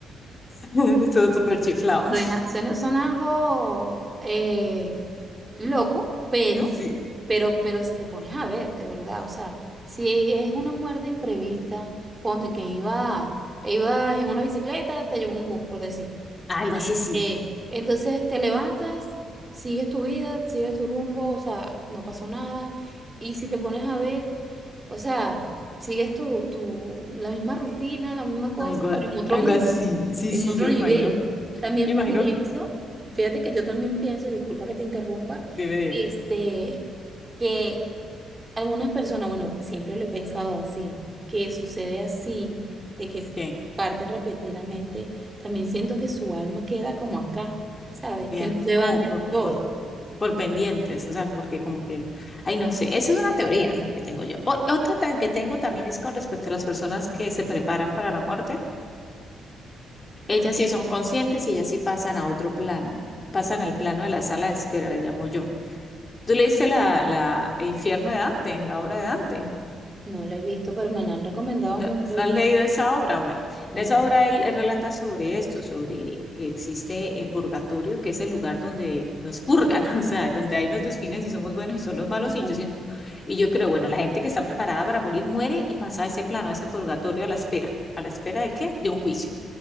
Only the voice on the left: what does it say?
<laughs> Todo súper chiflado.
<laughs>
Sí,
algo así, sí.
Algo, a-
algo
así. Sí,
sí,
yo
me imagino,
yo imagino,
debe, debe,
que,
que
como
por,
por, por pendientes, o sea, porque como que, ay, no sé, esa es una teoría, ¿no? que tengo yo. O- otra tan- que tengo también es con respecto a las personas que se preparan para la muerte. Ellas
sí son conscientes y ellas sí pasan a otro plano, pasan al plano de la sala de espera, le llamo yo ¿Tú leíste la, la, El infierno de Dante, la obra de Dante?
¿No,
no
has leído esa obra? Bueno,
en esa obra él, él relata sobre esto, sobre que existe el purgatorio, que es el lugar donde nos purgan, <laughs> o sea, donde ahí nos definen si somos buenos y son los malos.
Y yo siento, y yo creo, bueno, la gente que está preparada para morir muere y pasa a ese plano, a ese purgatorio a la espera. ¿A la espera de qué? De un juicio.